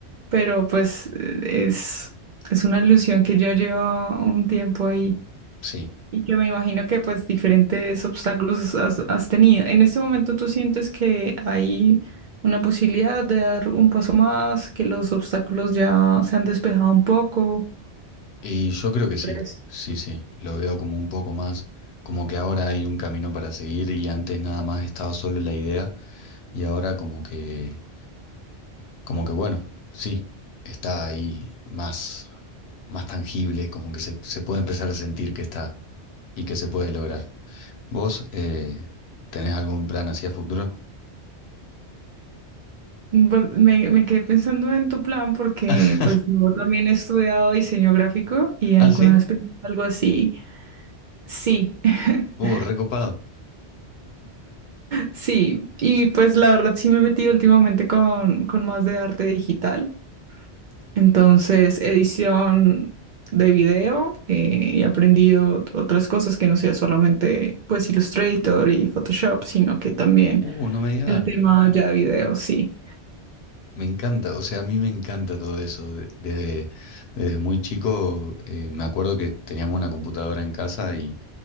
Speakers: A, on the right; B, on the left.
A: pero pues es, es una ilusión que ya lleva un tiempo ahí
B: Sí,
A: y que me imagino que pues diferentes obstáculos has, has tenido. En este momento tú sientes que hay una posibilidad de dar un paso más, que los obstáculos ya se han despejado un poco.
B: y yo creo que sí,
A: ¿Crees?
B: sí, sí, lo veo como un poco más, como que ahora hay un camino para seguir y antes nada más estaba solo la idea y ahora como que Como que bueno, sí, está ahí más, más tangible, como que se, se puede empezar a sentir que está y que se puede lograr. ¿Vos eh, tenés algún plan hacia futuro?
A: Pues, me, me quedé pensando en tu plan porque
B: <laughs>
A: pues yo también he estudiado diseño gráfico y alguna
B: Ah, sí,
A: vez pensé algo así. Sí. <laughs>
B: uh, recopado.
A: Sí, y pues la verdad sí me he metido últimamente con, con más de arte digital. Entonces, edición de video eh, y he aprendido otras cosas que no sea solamente pues Illustrator y Photoshop, sino que también
B: Uh, no me digas.
A: el tema ya de video, sí.
B: Me encanta, o sea, a mí me encanta todo eso. De- Desde, desde muy chico eh, me acuerdo que teníamos una computadora en casa y